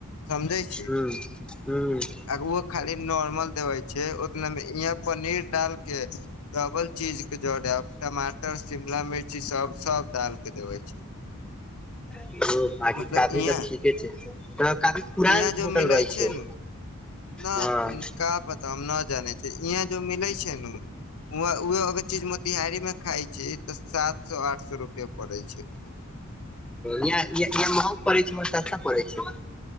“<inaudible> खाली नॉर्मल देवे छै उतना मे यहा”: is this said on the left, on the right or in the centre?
Left